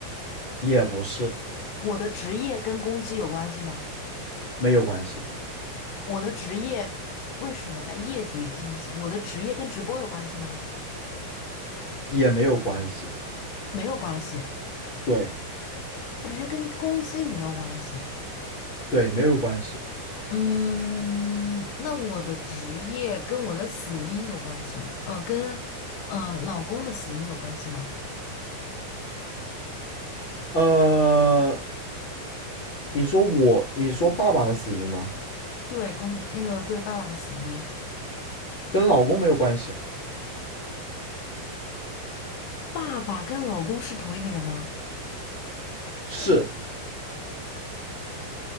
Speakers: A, on the left; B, on the left.
A: 也不是，
B: 我的职业跟公鸡有关系吗？
A: 没有关系，
B: 我的职业为什么在业绩里进行？我的职业跟直播有关系吗？
A: 也没有关系，
B: 没有关系，
A: 对，
B: 我的职业跟攻击没有关系。
A: 对，没有关系。
B: 嗯，那我的职业跟我的死因有关系，呃，跟呃老公的死因有关系吗？
A: 呃，你说我，你说爸爸的死因吗？
B: 对公那个对爸爸的死因，
A: 跟老公没有关系，
B: 爸爸跟老公是同一个人吗？
A: 是，